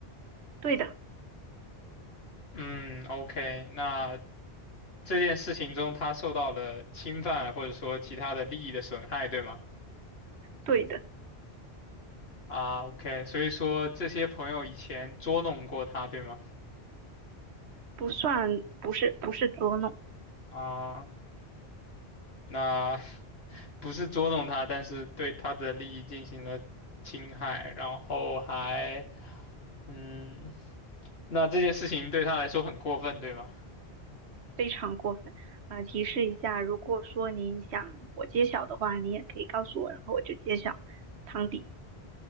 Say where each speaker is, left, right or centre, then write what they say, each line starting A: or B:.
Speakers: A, on the right; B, on the left.
A: 对的，
B: 嗯，OK，那这件事情中他受到了侵犯，或者说其他的利益的损害，对吗？
A: 对的，
B: 啊，OK，所以说这些朋友以前捉弄过他，对吗？
A: 不算，不是，不是捉弄，
B: 啊。那 <laughs> 不是捉弄他，但是对他的利益进行了侵害，然后还，嗯，那这件事情对他来说很过分，对吗？
A: 非常过分。呃，提示一下，如果说你想我揭晓的话，你也可以告诉我，然后我就揭晓汤底。